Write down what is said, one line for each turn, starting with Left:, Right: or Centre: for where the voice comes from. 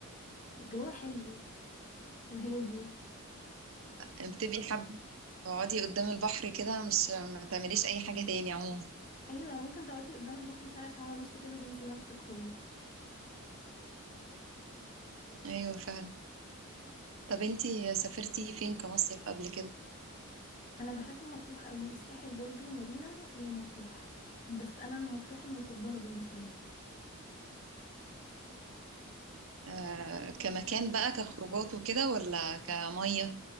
Left: والجو حلو وهادي
Right: انت بتبقي حابة تقعدي قدام البحر كده مش ما تعمليش اي حاجة تاني عموما
Left: ايوه ممكن تقعدي قدام البحر ساعة ساعة ونص كده تنسي نفسك خالص
Right: ايوه فعلا طب انتي سافرتي فين كمصيف قبل كده
Left: انا بحب مطروح قوي الساحل برضو مارينا ومطروح بس انا مطروح المفضلة بالنسبة لي
Right: آه كمكان بقى كخروجات وكده ولا كمية